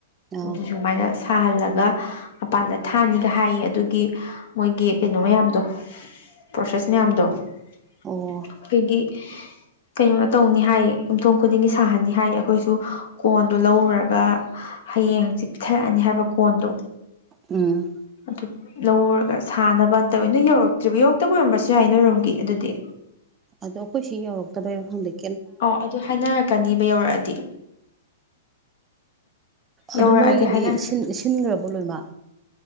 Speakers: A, on the right; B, on the left.
A: ꯑꯥ
B: ꯑꯗꯨ ꯁꯨꯃꯥꯏꯅ ꯁꯥꯍꯜꯂꯒ ꯃꯄꯥꯥꯟꯗ ꯊꯥꯅꯤꯒ ꯍꯥꯏꯌꯦ ꯑꯗꯨꯒꯤ ꯃꯣꯏꯒꯤ ꯀꯩꯅꯣ ꯃꯌꯥꯝꯗꯣ ꯄ꯭ꯔꯣꯁꯦꯁ ꯃꯌꯥꯝꯗꯣ ꯑꯩꯈꯣꯏꯒꯤ
A: ꯑꯣ
B: ꯀꯩꯅꯣꯅ ꯇꯧꯅꯤ ꯍꯥꯏ ꯌꯨꯝꯊꯣꯡ ꯈꯨꯗꯤꯡꯒꯤ ꯁꯥꯍꯟꯅꯤ ꯍꯥꯏ ꯑꯩꯈꯣꯏꯁꯨ ꯀꯣꯟꯗꯨꯣ ꯂꯧꯔꯨꯔꯒ ꯍꯌꯦꯡ ꯍꯪꯆꯤꯠ ꯄꯤꯊꯔꯛꯑꯅꯤ ꯍꯥꯏꯕ ꯀꯣꯟꯗꯣ
A: ꯎꯝ
B: ꯑꯗꯨ ꯂꯧꯔꯒ ꯁꯥꯟꯅꯕ ꯅꯠꯇꯕ ꯅꯣꯏ ꯌꯧꯔꯛꯇ꯭ꯔꯤꯕ ꯌꯧꯔꯛꯇꯕ ꯑꯣꯏꯔꯝꯕꯁꯨ ꯌꯥꯏ ꯅꯣꯏꯔꯣꯝꯒꯤ ꯑꯗꯨꯗꯤ
A: ꯑꯗꯣ ꯑꯩꯈꯣꯏ ꯁꯤ ꯌꯧꯔꯛꯇꯕ ꯍꯪꯗꯛ
B: ꯑꯣ ꯑꯗꯨ ꯍꯥꯏꯅꯔꯛꯀꯅꯤꯕ ꯌꯧꯔꯛꯑꯗꯤ
A: ꯑꯗꯨ
B: ꯌꯧꯔꯛꯑꯗꯤ
A: ꯅꯣꯏꯒꯤꯗꯤ
B: ꯍꯥꯏꯅ
A: ꯁꯤꯟꯈ꯭ꯔꯕꯣ ꯂꯣꯏꯃ